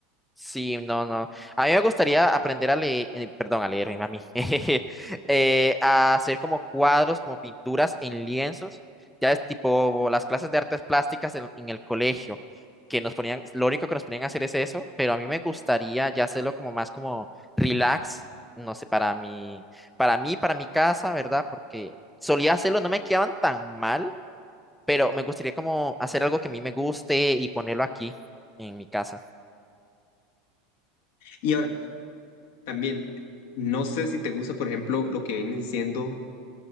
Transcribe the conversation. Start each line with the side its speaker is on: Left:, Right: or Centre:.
Centre: Sí, no, no. A mí me gustaría aprender a leer, eh, perdón, a leer, ay, mami, <laughs> eh, a hacer como cuadros, como pinturas en lienzos. Ya es tipo las clases de artes plásticas en, en el colegio, que nos ponían, lo único que nos ponían a hacer es eso, pero a mí me gustaría ya hacerlo como más como relax, no sé, para mí, para mí, para mi casa, ¿verdad? Porque solía hacerlo, no me quedaban tan mal, pero me gustaría como hacer algo que a mí me guste y ponerlo aquí en mi casa.
Left: Y ahora, También, no sé si te gusta, por ejemplo, lo que vienen siendo